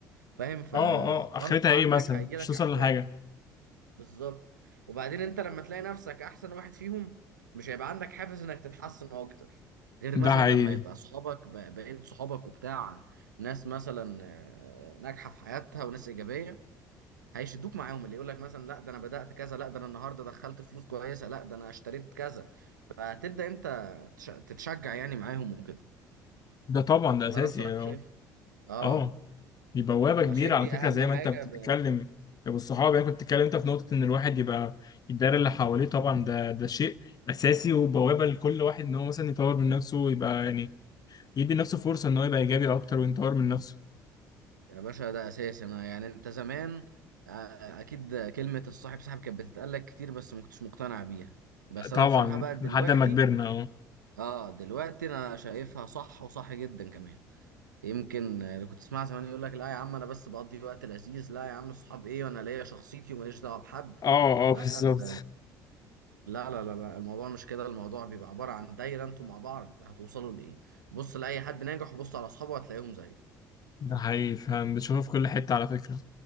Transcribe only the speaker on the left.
اه اه اخرتها
ايه مثلا
مش
توصل
لحاجه
ده
حقيقي
ده طبعا ده اساسي
يعني. اه
اه دي بوابة كبيرة
على فكرة
زي
ما انت بتتكلم
والصحاب يعني كنت بتتكلم انت في نقطة ان الواحد يبقى الدايرة اللي حواليه طبعا ده ده شيء اساسي وبوابة لكل واحد ان هو مثلا يطور من نفسه ويبقى يعني يدي لنفسه فرصة ان هو يبقى ايجابي اكتر ويطور من نفسه
طبعا
لحد ما كبرنا اه
اه
اه بالظبط
ده حقيقي فاهم بتشوفه في كل حتة على فكرة